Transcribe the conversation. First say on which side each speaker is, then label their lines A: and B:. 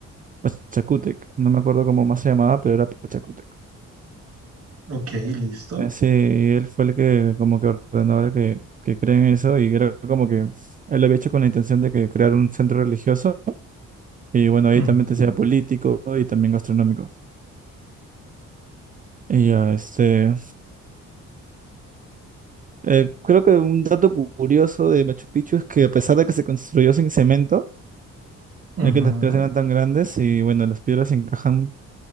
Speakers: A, on the right; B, on the right.
A: Pachacútec. No me acuerdo cómo más se llamaba, pero era Pachacútec.
B: Ok, listo.
A: Eh, sí, y él fue el que como que ordenó a que, que creen eso y era como que él lo había hecho con la intención de que crear un centro religioso y bueno, ahí
B: Ujú,
A: también te sea político y también gastronómico. Y ya, este... Eh, creo que un dato cu- curioso de Machu Picchu es que a pesar de que se construyó sin cemento,
B: ujú.
A: ya que las piedras eran tan grandes y bueno, las piedras encajan,